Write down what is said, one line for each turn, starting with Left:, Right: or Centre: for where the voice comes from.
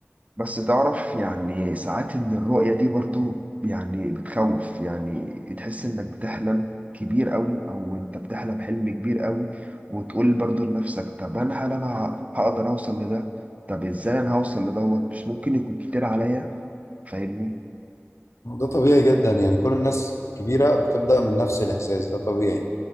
Right: بس تعرف يعني ساعات ان الرؤية دي برضو يعني بتخوف يعني تحس انك بتحلم كبير قوي او انت بتحلم حلم كبير قوي وتقول برضو لنفسك طب انا هل انا ه- هقدر اوصل لده طب ازاي انا هوصل لدوت مش ممكن يكون كتير عليا فاهمني
Left: وده طبيعي جدا يعني كل الناس الكبيرة بتبدأ من نفس الإحساس ده طبيعي